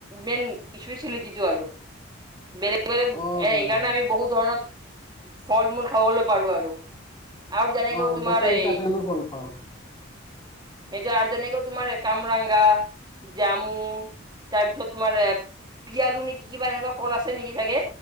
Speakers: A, on the right (about 20°); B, on the left (about 20°).
A: মেইন স্পেচেলিটিটো আৰু। বেলেগ বেলেগ
B: অ'
A: এ
B: হয়
A: এইকাৰণে
B: হয়।
A: আমি বহুত ধৰণৰ ফল-মূল খাবলৈ পাৰো আৰু। আৰু যেনেকৈ
B: অ'
A: তোমাৰ
B: বতৰ
A: <unintelligible>
B: হিচাপে আমি ফল পাওঁ।
A: <unintelligible> জামু, তাৰপিছত তোমাৰ এ পি আলু নেকি কিবা এনেকুৱা ফল আছে নেকি চাগে